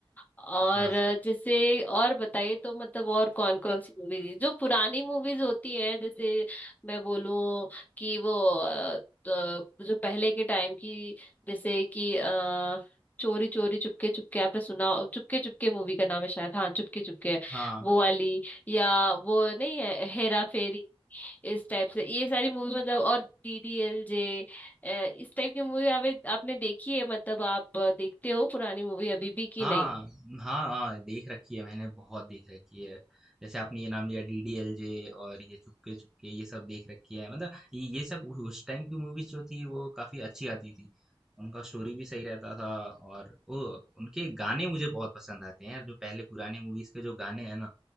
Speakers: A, on the left (about 15°); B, in the centre.
A: और
B: हाँ
A: अ, जैसे और बताइए तो मतलब और कौन कौन सी मूवीज जो पुरानी मूवीज होती हैं जैसे मैं बोलूं कि वो अ, तो जो पहले के टाइम की जैसे कि अ चोरी चोरी चुपके चुपके आपने सुना चुपके चुपके मूवी का नाम है शायद हाँ चुपके चुपके है
B: हाँ
A: वो वाली या वो नहीं है हेरा फेरी इस टाइप से ये सारी मूवी मतलब और डी डी एल जे इस टाइप की मूवी आप, आपने देखी है मतलब आप देखते हो पुरानी मूवी अभी भी कि
B: हाँ,
A: नहीं
B: हाँ, हाँ, देख रखी है मैंने बहुत देख रखी है। जैसे आपने ये नाम लिया डीडीएलजे और ये चुपके चुपके ये सब देख रखी है। मतलब ये ये सब उ- उस टाइम की मूवीज जो थी वो काफी अच्छी आती थी। उनका स्टोरी भी सही रहता था और वो उनके गाने मुझे बहुत पसंद आते हैं यार जो पहले पुराने मूवीज के जो गाने हैं ना